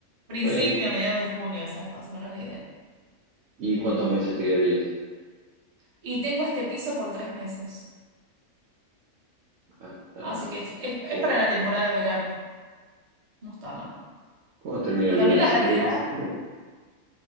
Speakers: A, on the right; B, on the right.
A: Principio,
B: está bien.
A: mediados de junio, esa es más o menos la idea.
B: ¿Y
A: Eh,
B: cuántos meses te quedarías?
A: y tengo este piso por tres meses,
B: Hasta
A: así que es,
B: agosto.
A: es- es para la temporada de verano. No está mal.
B: ¿Cómo termina
A: Pues
B: el verano?
A: también la realidad
B: ¿El 20 de septiembre?